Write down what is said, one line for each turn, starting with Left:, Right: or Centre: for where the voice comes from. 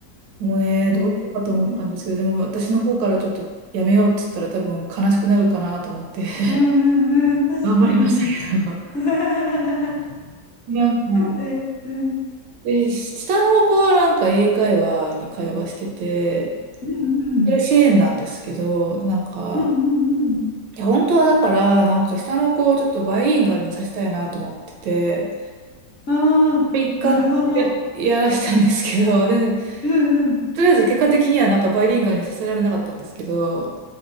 Right: うね、
Left: ん。
Right: どうしようかと思ったんですけど、
Left: えー、
Right: でも私の方からちょっとやめようって言ったら多分悲しくなるかなと思って
Left: うんうんうん、
Right: <laughs>
Left: 確かに。
Right: 頑張りましたけど。
Left: <laughs>
Right: なんか、
Left: えー
Right: で、下の子はなんか英会話に会話してて、
Left: うんうん。
Right: 支援なんですけど、なんか、
Left: うんうんうん。
Right: いや、本当はだから、なんか下の子をちょっとバイリンガルにさせたいなと思ってて、
Left: ああ、
Right: 一貫でやらしたんですけど、
Left: なるほど。
Right: で
Left: うんうん。
Right: とりあえず結果的にはなんかバイリンガルにさせられなかったんですけど、